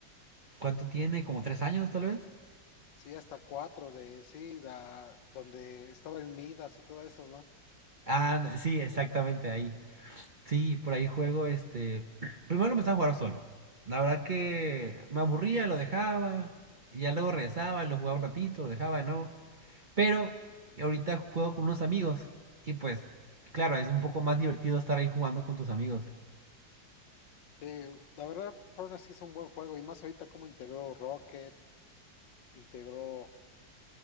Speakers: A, on the right; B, on the left.
A: ¿cuánto tiene? ¿Como tres años tal vez?
B: Sí, hasta cuatro de sí, la- donde estaba el Midas y todo eso, ¿no?
A: Ah, sí, exactamente ahí. Sí, por ahí juego este. Primero lo empecé a jugar solo. La verdad que me aburría, lo dejaba. Y ya luego regresaba, lo jugaba un ratito, lo dejaba de nuevo. Pero ahorita juego con unos amigos. Y pues, claro, es un poco más divertido estar ahí jugando con tus amigos.
B: Sí, la verdad, Fortnite sí es un buen juego. Y más ahorita como integró Rocket, integró,